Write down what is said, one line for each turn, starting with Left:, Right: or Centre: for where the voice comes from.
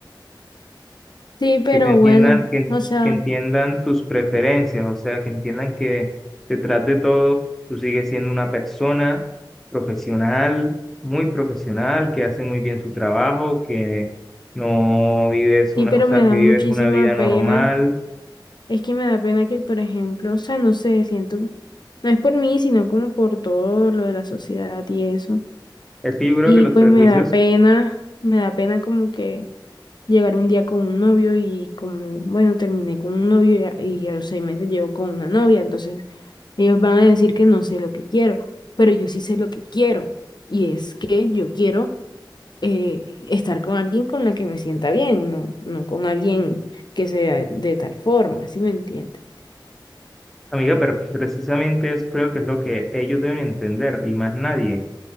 Left: Sí, pero
Centre: que te entiendan,
Left: bueno,
Centre: que, en-
Left: o sea,
Centre: que entiendan tus preferencias, o sea, que entiendan que detrás de todo tú sigues siendo una persona profesional, muy profesional, que hace muy bien su trabajo, que no vives
Left: sí,
Centre: una,
Left: pero
Centre: o sea,
Left: me da
Centre: que vives
Left: muchísima
Centre: una vida
Left: pena.
Centre: normal.
Left: Es que me da pena que, por ejemplo, o sea, no sé, siento, no es por mí, sino como por todo lo de la sociedad y eso.
Centre: Es que yo creo
Left: Y
Centre: que los
Left: pues
Centre: prejuicios,
Left: me da pena, me da pena como que llegar un día con un novio y como, bueno, terminé con un novio y a, y a los seis meses llevo con una novia, entonces ellos van a decir que no sé lo que quiero, pero yo sí sé lo que quiero. Y es que yo quiero eh, estar con alguien con la que me sienta bien, no, no con alguien que sea de, de tal forma, ¿sí me entiendes?
Centre: amiga, pero precisamente es creo que es lo que ellos deben entender y más nadie.